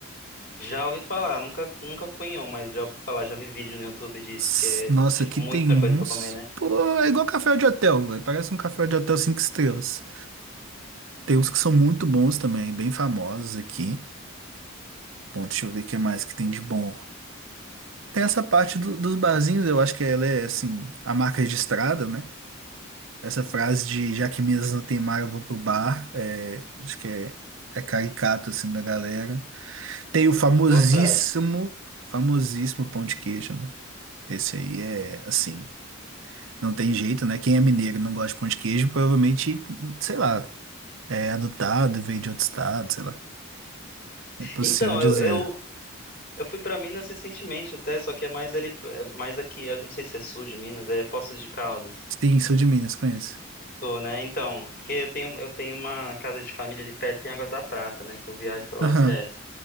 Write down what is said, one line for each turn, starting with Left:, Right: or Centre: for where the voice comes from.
Left: Já ouvi falar, nunca, nunca fui em um, mas já ouvi falar, já vi vídeo no YouTube disso,
Right: s-
Left: que é,
Right: Nossa,
Left: tipo,
Right: aqui
Left: muita
Right: tem uns.
Left: coisa pra comer, né?
Right: Pô, é igual café de hotel, velho. Parece um café de hotel cinco estrelas. Tem uns que são muito bons também, bem famosos aqui. Bom, deixa eu ver o que mais que tem de bom. Tem essa parte do- dos barzinhos, eu acho que ela é, assim, a marca registrada, né? Essa frase de já que Minas não tem mar, eu vou pro bar. é, acho que é, é caricato, assim, da galera. Tem o famosíssimo,
Left: Boa frase.
Right: famosíssimo pão de queijo, né? Esse aí é assim, não tem jeito, né? Quem é mineiro e não gosta de pão de queijo, provavelmente, sei lá, é adotado, veio de outro estado, sei lá. É impossível
Left: Então,
Right: dizer.
Left: eu, eu, eu fui pra Minas recentemente até, só que é mais ali, é mais aqui, eu não sei se é sul de Minas, é Poços de Caldas.
Right: Sim, sou de Minas, conheço.
Left: Sul, né? Então, porque eu tenho, eu tenho uma casa de família ali perto em Águas da Prata, né? Que eu viajo pra lá
Right: Aham,
Left: direto.